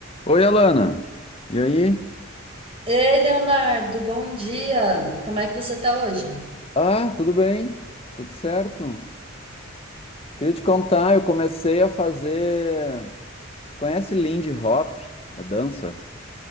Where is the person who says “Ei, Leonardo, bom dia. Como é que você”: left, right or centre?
Right